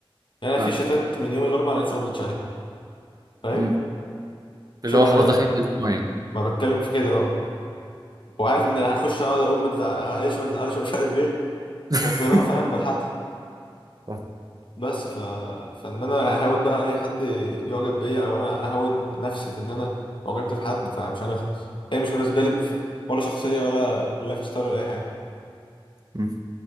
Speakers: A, on the left; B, on the right.
A: يعني انا
B: فهمتك
A: في شتات من يوم الاربعاء انا لسه ما ردتش عليها فاهم
B: مم.
A: شوف
B: اللي هو
A: احنا
B: خلاص داخلين في اسبوع يعني
A: ما بتكلم في كده اه وعارف ان هخش اقعد اقول ما تزعلش ما تزعلش مش عارف ايه
B: <laughs>
A: بس انا فعلا بلحق
B: فاهم.
A: بس ف... فان انا اهود بقى اي حد يعجب بيا او انا اهود نفسي في ان انا اعجبت في حد فمش هنخلص هي مش بالنسبه لي بف... ولا شخصيه ولا لايف ستايل ولا اي حاجه
B: مم.